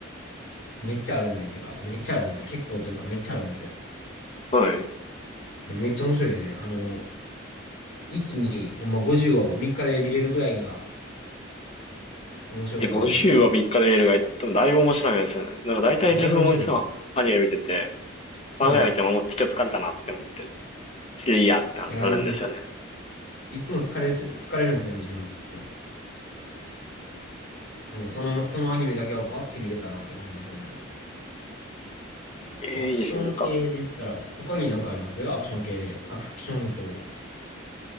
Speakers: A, on the left; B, on the left.
A: めっちゃあるんで、てか、めっちゃあるんですよ。結構というか、めっちゃあるんですよ。
B: はい。
A: めっちゃ面白いですね。あの、一気にほんま50話を3日で見れるぐらいには面白かったですね。
B: え、50は3日で見れるが、多分だいぶ面白いんですよね。なんか大体自分もいつもアニメ見てて、
A: だいぶ面白いですね。はい。
B: 3ぐらい見てももう今日疲れたなって思って、次でいいやってな、
A: いや、
B: なるんですよね。
A: そういつも疲れて、疲れるんですよね、自分も。なんかその、そのアニメだけはバッて見れたなって感じですね。
B: えー、
A: アクション系で言ったら、
B: いいですね。なんか、
A: 他に何かありますアクション系で。アクションと、